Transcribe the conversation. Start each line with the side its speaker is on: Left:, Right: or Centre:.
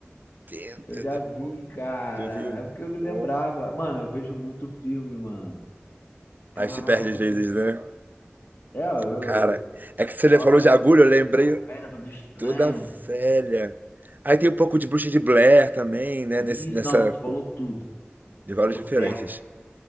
Right: dentro
Left: Eu já
Right: do
Left: vi,
Right: pus.
Left: cara.
Right: Tu viu?
Left: É porque eu não
Right: Porra.
Left: lembrava. Mano, eu vejo muito filme, mano. Caraca,
Right: Aí se perde às
Left: é
Right: vezes,
Left: verdade.
Right: né?
Left: É, eu-
Right: Cara, é que você
Left: ela
Right: falou
Left: vai ficando
Right: de agulha,
Left: toda,
Right: eu lembrei
Left: toda velha, toda estranha.
Right: toda velha. Aí tem um pouco de Bruxa de Blair também, né?
Left: Isso,
Right: Nesse, nessa.
Left: não, tu falou tudo.
Right: De
Left: Tu
Right: várias
Left: falou
Right: referências.
Left: certo.